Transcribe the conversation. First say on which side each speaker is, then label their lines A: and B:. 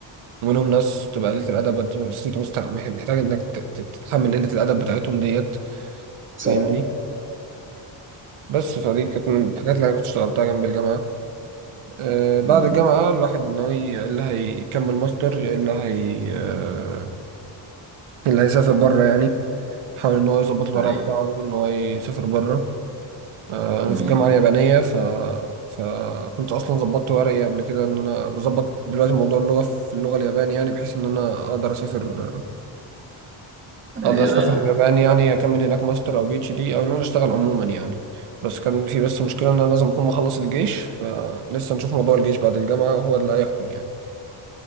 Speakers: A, on the right (about 80°); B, on the right (about 25°).
A: ومنهم ناس تبقى قلة الأدب أنت بس أنت مست- محتاج إنك ت- ت- تتحمل قلة الأدب بتاعتهم ديت
B: سهلة
A: فاهمني بس فدي كانت من الحاجات اللي أنا كنت اشتغلتها جنب الجامعة آه بعد
B: امم
A: الجامعة الواحد ناوي يا إلا هيكمل ماستر يا إلا هي آه اللي هيسافر بره يعني حاول إن هو يظبط الورق
B: ايوه
A: بتاعه إن هو يسافر بره آه، انا
B: امم
A: في الجامعه اليابانيه ف... فكنت اصلا ظبطت ورقي قبل كده ان انا بظبط دلوقتي موضوع اللغه في اللغه الياباني يعني بحيث ان انا اقدر اسافر
B: اليابان
A: اقدر اسافر اليابان يعني اكمل هناك ماستر او بي اتش دي او ان انا اشتغل عموما يعني بس كان في بس مشكله ان انا لازم اكون مخلص الجيش فلسه نشوف موضوع الجيش بعد الجامعه هو اللي هيحكم يعني